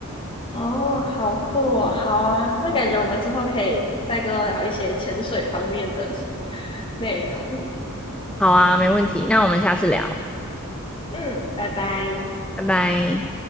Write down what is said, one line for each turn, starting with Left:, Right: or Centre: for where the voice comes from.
Left: 哦，好酷哦，好啊，那感觉我们之后可以再跟我聊一些潜水方面的 <laughs> 内容。
Centre: 好啊，没问题，那我们下次聊，
Left: 嗯，拜拜。
Centre: 拜拜。